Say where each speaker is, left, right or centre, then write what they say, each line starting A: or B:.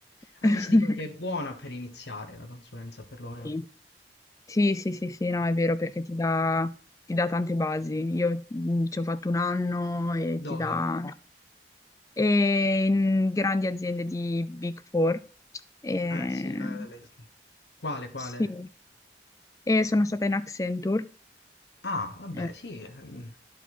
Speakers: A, on the left; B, on the left.
A: Anche
B: <laughs>
A: se dicono che è buona per iniziare la consulenza, perlomeno.
B: Sì, sì, sì, sì, sì, no, è vero perché ti dà, ti dà tante basi. Io mh, ci ho fatto un anno e
A: Dove?
B: ti dà... E in grandi aziende di Big Four. E,
A: Eh sì, la, la- quale, quale?
B: sì, e sono stata in Accenture.
A: Ah, vabbè,
B: Eh,
A: sì. ehm,